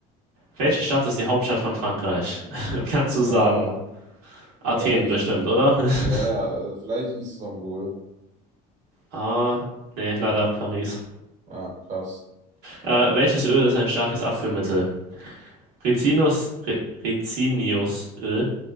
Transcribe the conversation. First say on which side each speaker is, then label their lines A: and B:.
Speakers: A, on the right; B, on the right.
A: Welche Stadt ist die Hauptstadt von Frankreich? <laughs> Kannst
B: Ja,
A: du sagen? Athen
B: äh, ich,
A: bestimmt, oder? <laughs>
B: ja, ja, äh, vielleicht Istanbul.
A: Ah, nee, leider Paris.
B: Ah, krass.
A: Äh, welches Öl ist ein starkes Abführmittel? Rizinus, Ri- Rizinusöl,